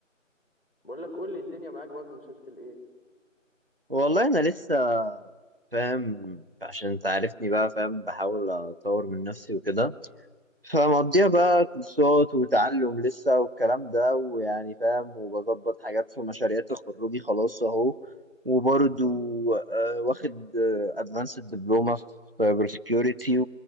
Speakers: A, on the left; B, on the right.
A: بقول لك قول لي الدنيا معاك برضه وصلت لايه
B: والله انا لسه فاهم عشان انت عارفني بقى فاهم بحاول اطور من نفسي وكده فمقضيها
A: م-
B: بقى كورسات وتعلم لسه والكلام ده ويعني فاهم وبظبط حاجات في مشاريع تخرجي خلاص اهو وبرضو آه، واخد ادفانسد دبلومه في سايبر سكيورتي